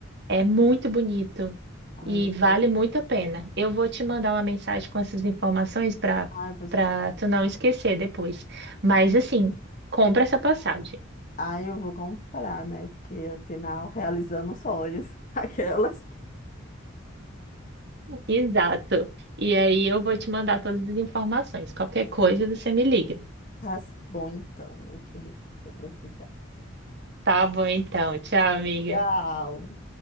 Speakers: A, on the right; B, on the left.
A: É muito bonito
B: Ai,
A: e
B: eu
A: vale
B: imagino.
A: muito a pena. Eu vou te mandar uma mensagem com essas informações para
B: Ai, eu vou esperar.
A: para tu não esquecer depois. Mas assim, compra essa passagem.
B: Ai, eu vou comprar, né? Porque afinal, realizando sonhos, <laughs> aquelas.
A: Exato. E aí eu vou te mandar todas as informações. Qualquer coisa você me liga.
B: Tá bom, então, eu te digo se eu precisar.
A: Tá bom então. Tchau, amiga.
B: Tchau.